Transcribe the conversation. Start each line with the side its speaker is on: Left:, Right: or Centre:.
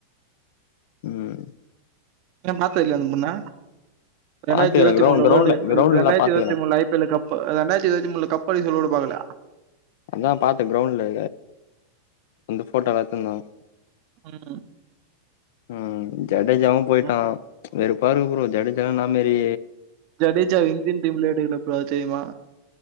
Left: ம்
Right: ஏ பாத்தது இல்லயா அந்த பொண்ண இண்டாயிரத்த
Left: பாத்துக்கறே
Right: இருத்தி
Left: கிரௌண்ட்
Right: மூணுல
Left: கிரௌண்ட்ல
Right: வேல்டு
Left: கிரௌண்ட்ல
Right: ரெண்டயிரத்து
Left: எல்லா பாத்துக்கறே
Right: இருபத்தி மூணுல ஐ பி எல் கப்பு ரெண்டாயிரத்த இருபத்தி மூணுல கப்பு ப்படி சொல்லி கூட பாக்கலா
Left: அதா பாத்தே கிரௌண்ல அந்த போட்டோ வெச்சிருந்தாங்க
Right: ம்
Left: ம் ஜடேஜாவு போய்ட்டா
Right: ம்.
Left: வேறுப்பா இருக்கு ப்ரோ ஜடேஜான்னா மேரி
Right: ஜடேஜா இந்தியன் டீம்ல எடுக்கலப்ப தெரியுமா